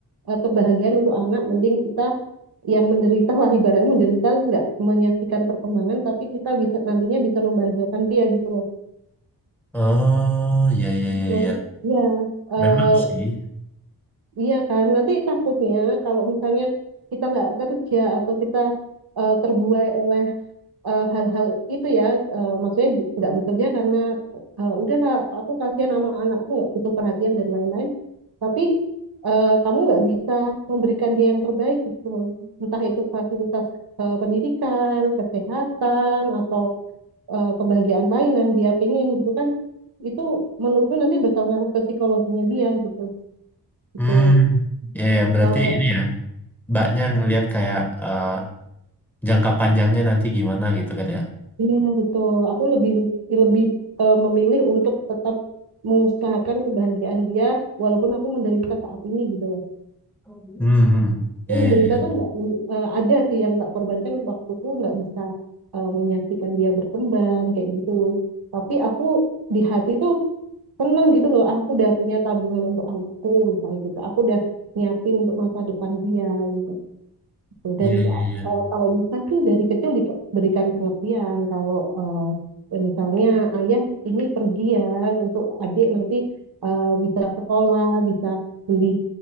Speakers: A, on the right; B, in the centre.
A: eh, kebahagiaan untuk anak mending kita yang menderita lah ibaratnya menderita nggak menyaksikan perkembangan tapi kita bisa nantinya bisa membahagiakan dia gitu loh
B: Oh, iya iya iya
A: maksudnya
B: iya.
A: eh,
B: Memang sih.
A: iya kan nanti takutnya kalau misalnya kita nggak kerja atau kita eh, terbuai oleh eh, hal-hal itu ya eh, maksudnya bu- nggak bekerja karena eh, udahlah aku kasihan sama anakku nggak butuh perhatian dan lain-lain tapi eh, kamu nggak bisa memberikan dia yang terbaik gitu loh entah itu fasilitas eh, pendidikan kesehatan atau eh, kebahagiaan lain yang dia pengen gitu kan itu menurutku nanti bakal ngaruh ke psikologinya dia gitu gitu
B: Hmm, ya ya berarti
A: kalau
B: ini ya, mbaknya ngelihat kayak eh, jangka panjangnya nanti gimana gitu kan ya.
A: Iya betul. Aku lebih lebih eh, memilih untuk tetap mengusahakan kebahagiaan dia walaupun aku menderita saat ini gitu loh.
B: Hmm, hmm. ya
A: Ini
B: ya
A: menderita
B: ya
A: tuh nggak eh, ada sih yang tak korbankan waktuku nggak bisa eh, menyaksikan dia berkembang kayak gitu. Tapi aku di hati tuh seneng gitu loh. Ah, Aku udah punya tabungan untuk anakku misalnya gitu. Aku udah nyiapin untuk masa depan dia. gitu gitu.
B: ya
A: Dan
B: ya ya.
A: eh, kalau bisa sih dari kecil diberikan pengertian kalau eh, ya misalnya ayah ini pergi ya untuk adik nanti eh, bisa sekolah, bisa beli